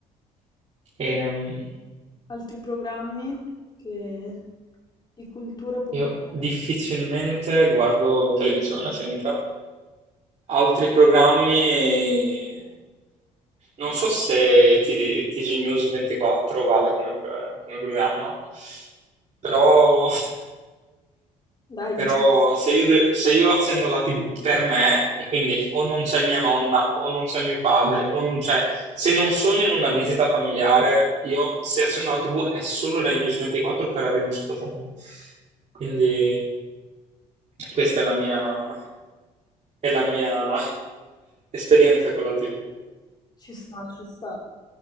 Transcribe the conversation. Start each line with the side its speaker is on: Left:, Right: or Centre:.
Right: Ehm,
Left: Altri programmi che- di cultura popolare?
Right: Io difficilmente guardo televisione, sempre. Altri programmi... Non so se T- TG News 24 vale come, pro- come programma, però <laughs>
Left: Dai, diciamo,
Right: Però se io, de- se io accendo la TV per me, e quindi o non c'è mia nonna, o non c'è mio padre, o non c'è... Se non sono in una visita familiare, io se accendo la TV è solo Rai News 24 per avere un sottofondo. Quindi questa è la mia, è la mia <laughs> esperienza con la TV.
Left: ci sta, ci sta.